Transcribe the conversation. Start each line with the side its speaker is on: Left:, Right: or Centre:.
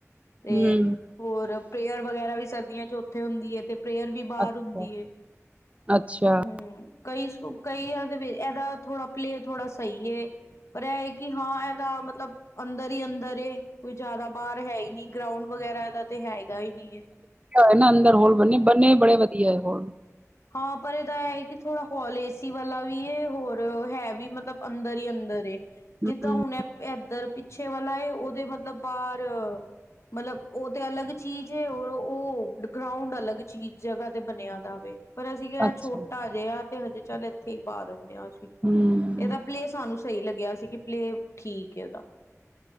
Left: ਤੇ,
Right: ਹੂੰ
Left: ਹੋਰ, ਪ੍ਰੇਅਰ ਵਗੈਰਾ ਵੀ ਸਰਦੀਆਂ ਚ, ਉੱਥੇ ਹੁੰਦੀ ਹੈ ਤੇ, ਪ੍ਰੇਅਰ ਵੀ, ਬਾਹਰ
Right: ਅੱਛਾ
Left: ਹੁੰਦੀ ਏ,
Right: ਅੱਛਾ
Left: ਹੂ ਕਈ -ਕਈ ਇਹਦੇ ਇਹਦਾ? ਥੋੜਾ ਪਲੇਅ, ਥੋੜਾ ਸਹੀ ਏ, ਪਰ ਇਹਏ ਕਿ, ਹਾਂ ਇਹ ਤਾਂ ਮਤਲਬ ਅੰਦਰ ਹੀ ਅੰਦਰ ਏ, ਕੋਈ ਜ਼ਿਆਦਾ ਬਾਹਰ ਹੈ ਹੀ ਨਹੀਂ। ਗਰਾਊਂਡ ਵਗੈਰਾ, ਏਦਾ ਤੇ ਹੈਗਾ ਹੀ ਨਈ ਹੈ।
Right: ਏ ਨਾ ਅੰਦਰ ਹੋਲ ਬਨੇ ਬਣੇ ਬੜੇ ਵਧੀਆਏ ਹੋਲ।
Left: ਹਾਂ, ਪਰ ਇਹਦਾ ਹੈ ਕਿ, ਥੋੜਾ ਹੋਲ ਏਸੀ ਵਾਲਾ ਵੀ, ਹੋਰ ਹੈ ਵੀ ਮਤਲਬ ਅੰਦਰ ਹੀ ਅੰਦਰ ਏ,
Right: ਹੂੰ
Left: ਜਿੱਦਾਂ ਹੁਣ।, ਐ ਇਧਰ ਪਿੱਛੇ ਵਾਲਾ ਹੈ। ਉਹਦੇ ਮਤਲਬ ਬਾਹਰ ਮਤਲਬ, ਉਹ ਤੇ ਅਲੱਗ ਚੀਜ਼ ਏ ਉਹ ਗਰਾਉਂਡ, ਅਲੱਗ ਚੀਜ਼ ਜਗ੍ਹਾ ਤੇ, ਬਣਿਆ ਜਾਵੇ ਪਰ ਅਸੀਂ ਕਿਹਾ,
Right: ਅੱਛਾ
Left: ਛੋਟਾ ਜਿਹਾ ਤੇ ਹਜੇ ਚੱਲ ਇੱਥੇ ਹੀ, ਪਾ ਦਿੰਦੇ ਹਾਂ ਅਸੀਂ।
Right: ਹਮ।
Left: ਇਹਦਾ ਪਲੇਅ ਸਾਨੂੰ ਸਹੀ, ਲੱਗਿਆ ਸੀ ਕਿ ਪਲੇਅ ਠੀਕ ਹੈ ਇਹਦਾ।